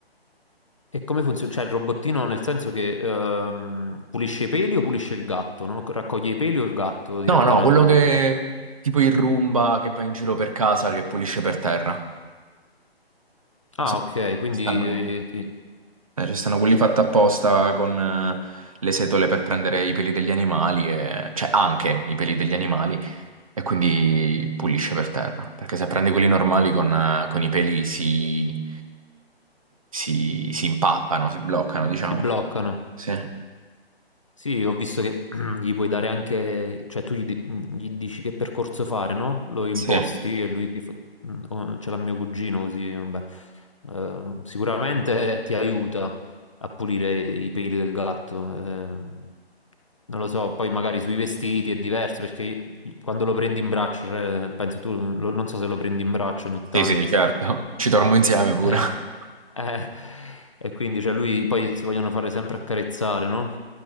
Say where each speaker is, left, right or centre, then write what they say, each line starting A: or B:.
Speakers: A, on the left; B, on the right.
A: E come funziona? Cioè, il robottino nel senso che ehm, pulisce i peli o pulisce il gatto? Non ho- Raccoglie i peli o il gatto direttamente
B: No, no, quello che
A: dal gatto?
B: tipo il Roomba che va in giro per casa, che pulisce per terra.
A: Ah,
B: Solo
A: ok,
B: che
A: quindi
B: ci stanno...
A: eh, si,
B: Eh, ci stanno quelli fatti apposta con eh, le setole per prendere i peli degli animali, e... cioè anche i peli degli animali, e quindi pulisce per terra. Perché se prendi quelli normali con, eh, con i peli si, si, si impappano, si bloccano, diciamo.
A: si bloccano.
B: Sì,
A: Sì, ho visto che <clears throat> gli puoi dare anche, cioè tu gli, di- gli dici che percorso fare, no? Lo imposti
B: sì,
A: e lui ti fa... mm, oh, ce l'ha mio cugino, così, vabbè. Eh, sicuramente ti aiuta a pulire i peli del gatto. ehm. non lo so, poi magari sui vestiti è diverso perché io- quando lo prendi in braccio, cioè, penso tu, lo- non so se lo prendi in braccio ogni tanto.
B: sì, sì, certo. Ci dormo insieme pure.
A: Eh,
B: <laughs>
A: eh, e quindi, cioè, lui poi si vogliono fare sempre accarezzare, no?